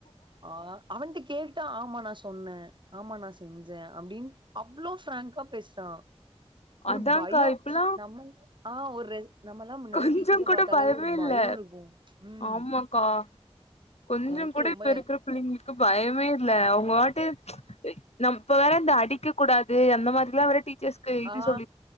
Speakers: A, on the right; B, on the left.
A: ஆ அவன்ட்ட கேட்டா ஆமா நா சொன்னே ஆமா நா செஞ் ஜ அப்படின் அவ்வளோ பிராங்கா பேசுறா ஒரு
B: அதான்க்கா
A: பயோ
B: இப்பல்லா
A: நம்பலா ஆ ஒரு நம்மல்லா முன்னாடி
B: கொஞ்சோ
A: டீச்சர்ஸ
B: கூட
A: பாத்தாலே
B: பயமே
A: ஒரு பயோ
B: இல்ல
A: இருக்கு ம்
B: ஆமாக்கா கொஞ்சோ
A: எனக்கே
B: கூட
A: ரொம்ப
B: இப்ப இருக்கற பிள்ளைங்களுக்கு பயமே இல்ல அவங்க வாட்டு நம் இப்ப வேற இந்த அடிக்க கூடாது அந்த மாரிலா வேற டீச்சர்ஸ்க்கு இது
A: ஆ
B: சொல்